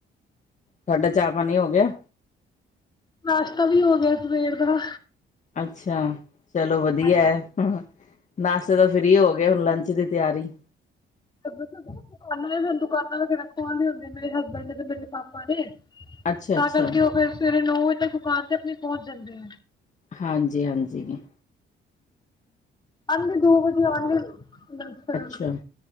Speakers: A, on the left; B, on the left.
A: ਤਾਡਾ ਚਾਹ ਪਾਣੀ ਹੋ ਗਿਆ
B: ਨਾਸ਼ਤਾ ਵੀ ਹੋ ਗਿਆ ਸਵੇਰ ਦਾ
A: ਅੱਛਾ ਚਲੋ ਵਧੀਆ
B: ਹਾਂਜੀ।
A: ਹੈ ਹ ਨਾਸ਼ਤਾ ਤਾਂ ਫ੍ਰਰੀ ਹੋ ਗ ਕਰੋ ਲੰਚ ਦੀ ਤਿਆਰੀ
B: ਸ ਦੁਕਾਨਾਂ ਨੇ ਮੂੰ ਦੁਕਾਨਾਂ ਤੇ ਕਿਹੜਾ ਖਣ ਲ ਹੁੰਦੀ <unintelligible> ਮੇਰੇ ਹਸਬੈਂਡ ਨੇ ਤੇ ਮੇਰੇ ਪਾਪਾ ਨੇ
A: ਅੱਛਾ-ਅੱਛਾ,
B: ਤਾਂ ਕਰਕੇ ਉਹ ਫੇਰ ਸਵੇਰੇ ਨੌ ਵਜੇ ਤੱਕ ਦੁਕਾਨ ਤੇ ਆਪਣੀ ਪਹੁੰਚ ਜਾਂਦੇ
A: ਹਾਂਜੀ ਹਾਂਜੀ ਹੁੰ
B: ਆਉਂਦੇ ਦੋ ਵਜੇ ਆਉਣਗੇ ਲੰਚ ਕਰਨ
A: ਅੱਛਾ